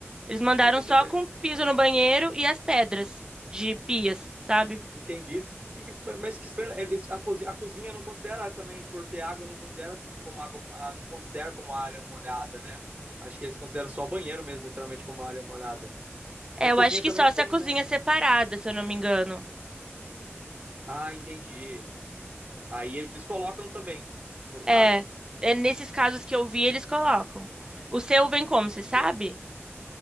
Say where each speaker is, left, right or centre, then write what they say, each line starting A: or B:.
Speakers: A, on the right; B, on the right.
A: Eles mandaram
B: Aí você
A: só
B: teve.
A: com
B: é,
A: piso no banheiro e as pedras de pias, sabe?
B: Entendi. Que, que- mas que estranho, eles, a, cozinha, a cozinha não considera também, por ter água, não considera como água, ah, não considera como área molhada, né? Acho que eles consideram só o banheiro mesmo, literalmente, como área molhada.
A: É,
B: Que a
A: eu
B: cozinha
A: acho que
B: também
A: só
B: que
A: se
B: tem,
A: a cozinha
B: né?
A: é separada, se eu não me engano.
B: Ah, entendi. Aí eles colocam também, se for o caso.
A: É, é nesses casos que eu vi, eles colocam. O seu vem como, você
B: Entendi.
A: sabe?